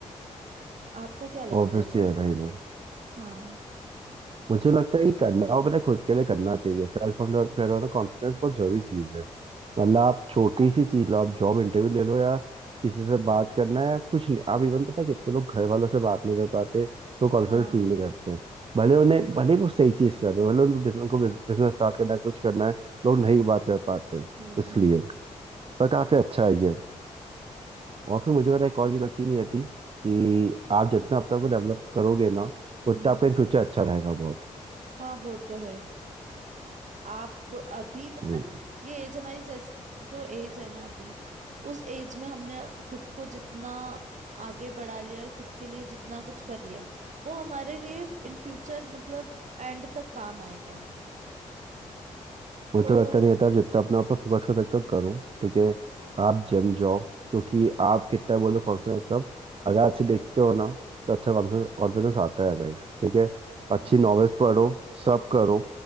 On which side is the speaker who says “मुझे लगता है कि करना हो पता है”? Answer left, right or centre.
Right